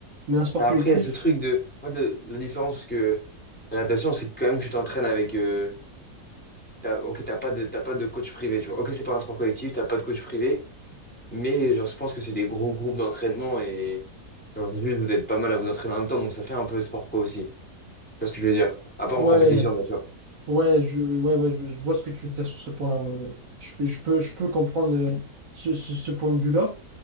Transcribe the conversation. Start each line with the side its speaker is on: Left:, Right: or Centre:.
Right: Mais un sport
Centre: Après,
Right: collectif,
Centre: il y a ce truc de. Moi, le- la différence que la natation, c'est que quand même, tu t'entraînes avec. euh, T'as, ok, t'as pas de, t'as pas de coach privé, tu vois. Ok, c'est pas un sport collectif, t'as pas de coach privé, mais genre, je pense que c'est des gros groupes d'entraînement et genre, juste vous êtes pas mal à vous entraîner en même temps, donc ça fait un peu sport co aussi. C'est ça ce que je veux dire. À part
Right: ouais,
Centre: en compétition, bien sûr.
Right: ouais, je, ouais, ouais, je, je vois ce que tu veux dire sur ce point-là. ouais, ouais. Je, je peux, je peux comprendre euh, ce, ce ce point de vue-là.